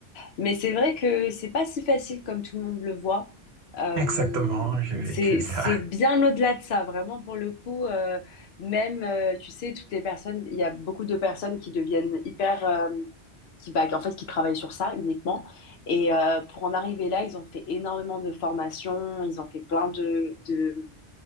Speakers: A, on the left; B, on the right.
A: Mais c'est vrai que c'est pas si facile comme tout le monde le voit.
B: <laughs>
A: Euh,
B: Exactement, j'ai vécu
A: c'est
B: ça.
A: c'est bien au-delà de ça, vraiment pour le coup. euh, même, euh, tu sais, toutes les personnes, il y a beaucoup de personnes qui deviennent hyper, euh, qui bah, en fait, qui travaillent sur ça uniquement. Et euh, pour en arriver là, ils ont fait énormément de formations, ils ont fait plein de, de